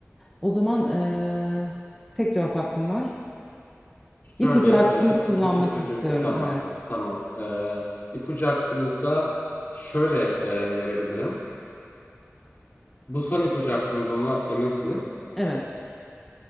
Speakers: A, in the centre; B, on the left.
A: O zaman e, tek cevap hakkım var.
B: Şöyle
A: İpucu hakkımı
B: e, ipucu
A: kullanmak
B: ipucu
A: istiyorum.
B: tamam.
A: Evet.
B: Tamam. E, ipucu hakkınızda şöyle e, verebilirim. Bu son ipucu hakkınız ona eminsiniz.
A: Evet.